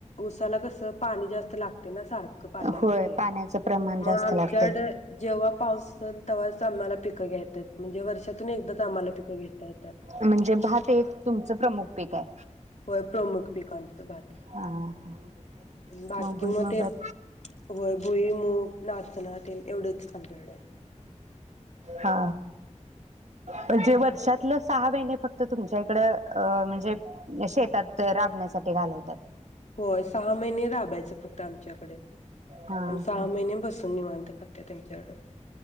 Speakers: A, on the left; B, on the right.
A: उसाला कसं, पानी जास्त लागते ना सारख पाजाय
B: होय
A: लागते,
B: पाण्याचं प्रमाण जास्त
A: म आमच्याडे
B: लागतय.
A: जेव्हा पाऊस असलं, तवाच आम्हाला पिकं घेता येतात, म्हणजे वर्षातून एकदाच आम्हाला पिकं घेता येतात.
B: म्हणजे भात एक, तुमचं प्रमुख पीक आहे.
A: होय, प्रमुख पिक आमचं भात,
B: हा हा.
A: बाकी
B: मग भुईमुगात
A: म ते होय, भुईमुग, नाचना तेन, एवढंच आमच्या कडे.
B: हा, म्हणजे वर्षातलं सहा महिने फक्त तुमच्या इकडं अ म्हणजे शेतात राबण्यासाठी घालवतात.
A: होय, सहा महिने राबायचं फक्त आमच्याकडे,
B: हा
A: आणि सहा
B: हा.
A: महिने बसून निवांत खाता त्या त्यांच्याकडे